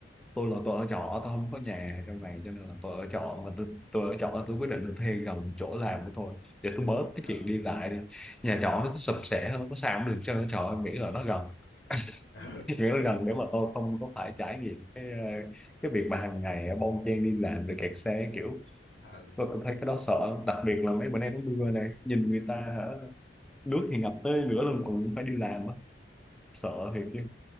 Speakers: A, in the centre; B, on the left.
A: tôi là tôi ở trọ tôi không có nhà trong này cho nên là tôi ở trọ mà tôi tôi ở trọ tôi quyết định là thuê gần chỗ làm của tôi để tôi bớt cái
B: ờ
A: chuyện đi lại đi nhà trọ nó sập sệ nó có sao cũng được cho nó trọ miễn là nó gần
B: <laughs>
A: <laughs> miễn
B: ừ.
A: là gần để mà tôi không có phải trải nghiệm cái
B: Ờ,
A: ờ,
B: ờ,
A: cái việc mà hàng ngày bon chen đi làm
B: ờ,
A: rồi kẹt xe kiểu
B: ừ
A: tôi, tôi thấy cái đó sợ lắm. đặc biệt là mấy bữa nay nó mưa này, nhìn người ta nước thì ngập tới nửa lưng còn phải đi làm á sợ thiệt chứ